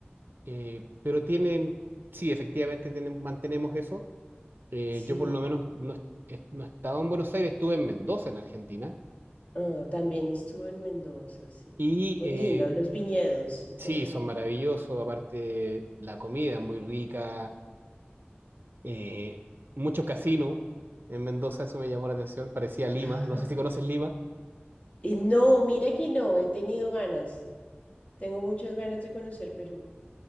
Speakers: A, on the right; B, on the left.
A: Eh, pero tienen, sí, efectivamente tenemos- mantenemos eso. Eh,
B: sí.
A: yo por lo menos no, est- no estaba en Buenos Aires, estuve en Mendoza, en Argentina.
B: Ah, también estuve en Mendoza, sí.
A: Y
B: Muy
A: eh,
B: lindo, los viñedos y todo.
A: sí, son maravillosos, aparte la comida es muy rica, eh, mucho casino en Mendoza, eso me llamó la atención, parecía Lima,
B: <laughs>
A: no sé si conoces Lima.
B: Y no, mira que no, he tenido ganas, tengo muchas ganas de conocer Perú.